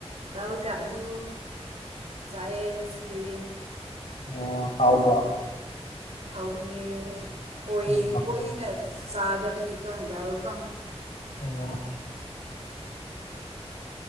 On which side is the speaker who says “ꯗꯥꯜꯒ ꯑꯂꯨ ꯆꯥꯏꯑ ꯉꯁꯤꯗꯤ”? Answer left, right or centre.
Right